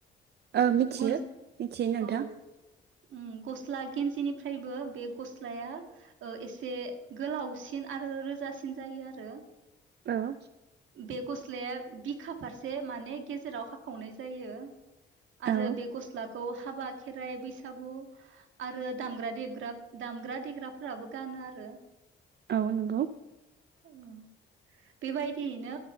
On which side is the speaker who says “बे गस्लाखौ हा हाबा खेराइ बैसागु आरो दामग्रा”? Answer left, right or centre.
Right